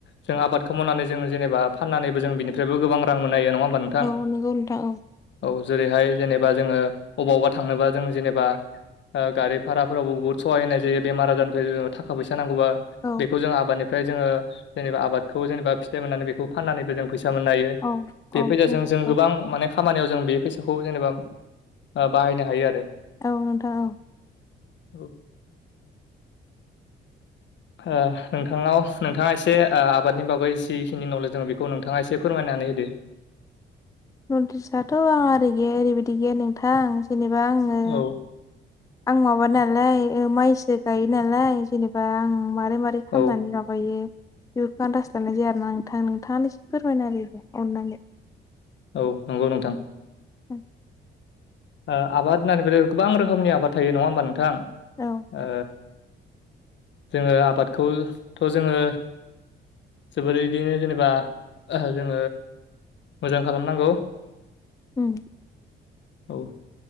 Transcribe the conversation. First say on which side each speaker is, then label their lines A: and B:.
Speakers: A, on the left (about 65°); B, on the left (about 15°).
A: जों आबादखौ मावनानै जों जेनेबा फाननानैबो जों बिनिफ्रायबो गोबां रां मोननो हायो नङा होमब्ल
B: औ नोंगौ नोंथां औ
A: औ जेरैहाय जेनेबा जोङो अबावबा थांनोबा जों जेनेबा ओ गारि भाराफोरावबो बहुत सहाय होनाय जायो बेमार आजारनिफ्राय ओ थाखा फैसा नांगौबा
B: औ
A: बेखौ जों आबादनि फ्राय जोङो जेनेबा आबादखौ जेनेबा फिथाइ मोननानै बेखौ फाननानैबो जों फैसा मोननो हायो।
B: औ
A: बे
B: औ
A: फैसाजों
B: नंगौ नोंथां
A: जों गोबां माने खामानियाव जों बे फैसाखौ जेनेबा ओ बाहायनो हायो आरो
B: औ नोंथां औ
A: औ ओ नोंथांनाव नोंथाङा एसे ओ आबादनि बागै जिखिनि नलेज दङ' बे खौ नोंथाङा एसे फोरमायनानै होदो
B: <unintelligible> आ ओरै गैया ओरैबायदि गैया नोंथां आं जेनेबा आङो
A: औ
B: आं माबा नालाय ओ माइसो गायो नालाय जेनेब बा आं मारै मारै खालामनानै
A: औ
B: माबायो बेफोरखो आनदाज लानाय जाया आरोना नोंथां नोंथाङानो ए फोरमायना आरो अननानै
A: औ नंगौ नोंथां
B: औ
A: ओ आबाद होननानै बोदि गोबां रोखोमनि आबाद थायो नङा होमबा नोंथां
B: औ
A: ओ जोङो आबादखौथ जोङो जोबोर दि जेनेबा जोङो मोजां खालामनांगौ।
B: उम
A: औ